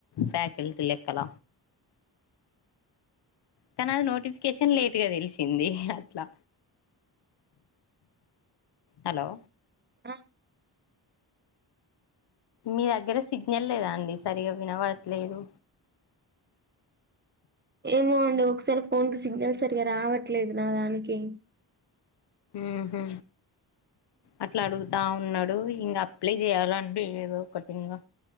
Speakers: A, on the left (about 70°); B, on the right (about 25°).
A: ఫ్యాకిల్టీ లెక్కల కానీ అది నోటిఫికేషన్ లేట్ గా తెలిసింది అట్లా హలో
B: ఆ
A: మీ దగ్గర సిగ్నల్ లేదా అండి సరిగా వినపడట్లేదు
B: ఏమో అండి ఒకసారి ఫోన్ కు సిగ్నల్ సరిగా రావట్లేదు నా దానికి
A: ఆహా అట్లా అడుగు అడుగుతా ఉన్నాడు ఇంకా అప్లై చేయాలంటే లేదు ఒకటి ఇంకా